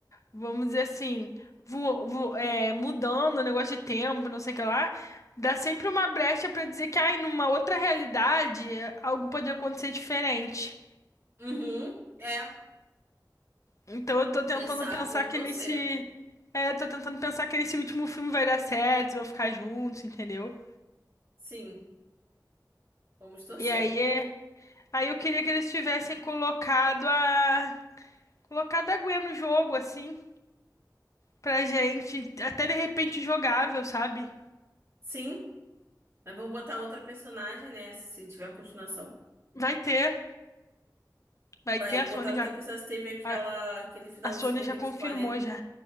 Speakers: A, on the left; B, on the right.
A: vamos dizer assim, vo- vo- é, mudando o negócio de tempo, não sei o que lá, dá sempre uma brecha pra dizer que, ai, numa outra realidade, é, algo pode acontecer diferente.
B: Uhum, é.
A: Então eu tô tentando
B: Quem sabe
A: pensar
B: vamos
A: que
B: torcer.
A: nesse. É, tô tentando pensar que nesse último filme vai dar certo, vão ficar juntos, entendeu?
B: Sim, vamos torcer.
A: E aí é. Aí eu queria que eles tivessem colocado a. Colocado a Gwen no jogo, assim, pra gente. Até de repente jogável, sabe?
B: Sim, mas vamos botar outra personagem, né? Se tiver continuação.
A: Vai ter. Vai
B: Vai
A: ter, a
B: botar
A: Sony
B: outra
A: já.
B: personagem. Teve aquela,
A: A,
B: aquele finalzinho,
A: a Sony já
B: aquele
A: confirmou
B: spoiler.
A: já.